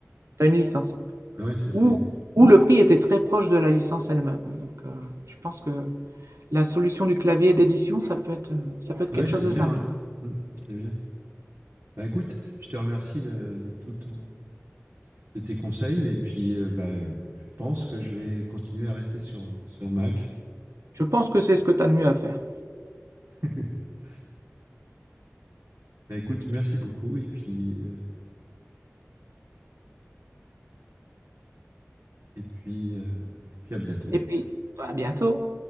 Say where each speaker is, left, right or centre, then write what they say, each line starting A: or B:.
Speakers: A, on the right; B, on the right.
A: t'as une licence.
B: Ah ouais, ça c'est
A: Ou,
B: bien.
A: ou le prix était très proche de la licence elle-même. Donc, euh, je pense que... La solution du clavier d'édition, ça peut être, euh, ça peut être
B: Ah
A: quelque
B: ouais, c'est
A: chose de
B: bien,
A: simple.
B: ouais. Mhm, C'est bien. Bah écoute, je te remercie de, de tout ton, de tes conseils, et puis euh, bah, je pense que je vais continuer à rester sur, sur Mac.
A: Je pense que c'est ce que tu as de mieux à faire.
B: <laughs> Bah écoute, merci beaucoup, et puis, euh, et puis, euh, et puis à bientôt.
A: Et puis, à bientôt.